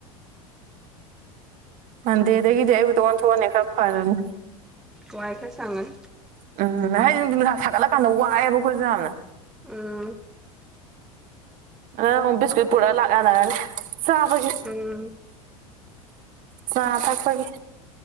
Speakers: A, on the right; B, in the centre.
A: ꯃꯟꯗꯦꯗꯒꯤꯗꯤ ꯑꯌꯨꯛꯇ ꯑꯣꯟ ꯊꯣꯛꯑꯅꯤ ꯈꯔ ꯐꯔꯅꯤ
B: ꯋꯥꯏ ꯈꯔꯥ ꯁꯪꯉꯅꯤ
A: ꯎꯝ ꯅ ꯍꯥꯏ ꯅꯨꯡꯊꯤꯟꯅꯨꯡꯁꯥ ꯁꯥꯒꯠꯂꯀꯥꯟꯗ ꯋꯥꯏꯑꯦꯕ ꯑꯩꯈꯣꯏꯁꯨ ꯌꯥꯝꯅ
B: ꯎꯝ
A: ꯑ ꯕꯤꯁꯀꯨꯠ ꯄꯨꯔꯒ ꯂꯥꯛꯅꯔꯅꯤ ꯆꯥꯕꯒꯤ
B: ꯎꯝ
A: ꯆꯥ ꯊꯥꯛꯄꯒꯤ